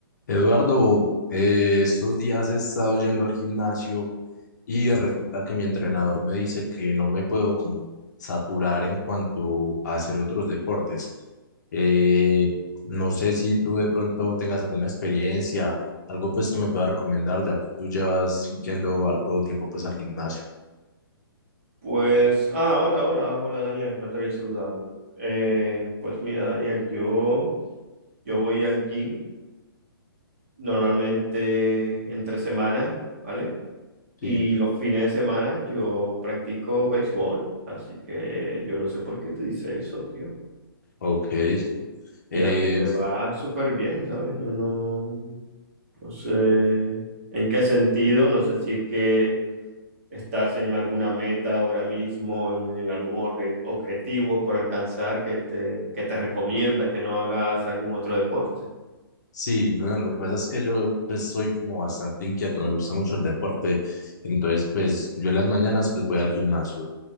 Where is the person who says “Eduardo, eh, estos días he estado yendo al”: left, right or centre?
Left